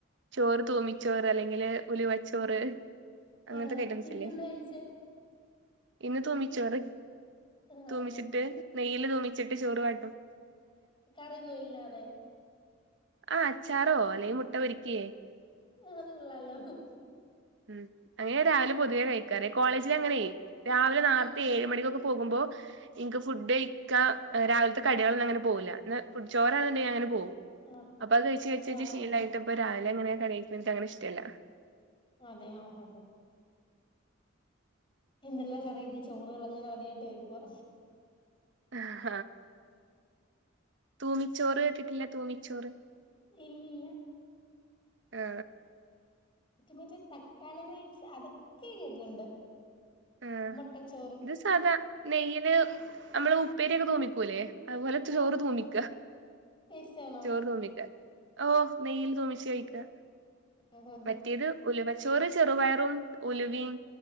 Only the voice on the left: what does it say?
ആഹ് ഇന്നെന്താ
കഴിച്ചേ
ആഹ്
കറിയൊന്നു ഇല്ലാതെ
അതുകൊള്ളാലോ.
ഉം ഉം
ആഹ്
ആഹ്
ആഹ്
അതെ ആ ഹ ഹ എന്തെല്ലാം വെറൈറ്റി ചോറുകളാ ഞാൻ ആദ്യായിട്ട് കയിക്കുവാ
ഇല്ലില്ല
ഇറ്റമറ്റേ തക്കാളി റൈസ് അതൊക്കെ കേട്ട്ട്ടുണ്ട്
മൊട്ടചോ
ആഹ്
ടേസ്റ്റ് ആണോ
ആഹ് ആഹ്